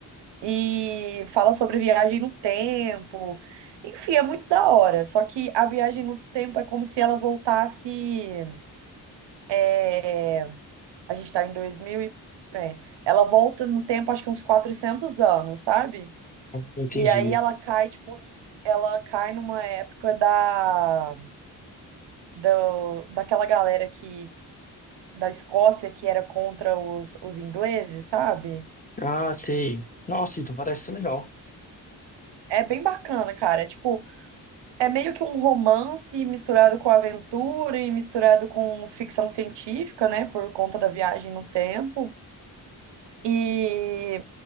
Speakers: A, on the right; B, on the left.
A: e fala sobre viagem no tempo. Enfim, é muito da hora. Só que a viagem no tempo é como se ela voltasse. é, A gente tá em 2000 e. é, ela volta no tempo, acho que uns 400 anos, sabe?
B: Entendi.
A: E aí ela cai, tipo, ela cai numa época da, da daquela galera que da Escócia que era contra os, os ingleses, sabe?
B: Ah, sei. Nossa, então parece ser legal.
A: É, é bem bacana, cara. É, tipo, é meio que um romance misturado com aventura e misturado com ficção científica, né? Por conta da viagem no tempo. E